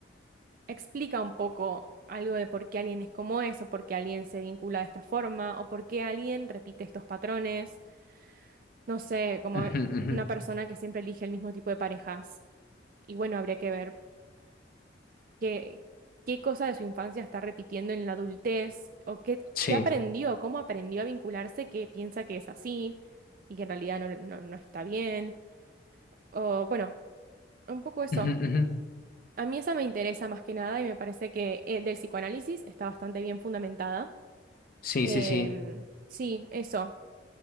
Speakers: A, on the right (about 45°); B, on the left (about 50°).
A: explica un poco algo de por qué alguien es como es, o por qué alguien se vincula de esta forma, o por qué alguien repite estos patrones, no sé, como
B: Ujú, ujú.
A: una persona que siempre elige el mismo tipo de parejas. Y bueno, habría que ver qué, qué cosa de su infancia está repitiendo en la adultez o qué,
B: Sí.
A: qué aprendió, cómo aprendió a vincularse que piensa que es así y que en realidad no, no, no está bien. O bueno, un poco eso.
B: Ujú, ujú.
A: A mí esa me interesa más que nada y me parece que eh, del psicoanálisis está bastante bien fundamentada.
B: Sí,
A: Em,
B: sí, sí.
A: sí, eso.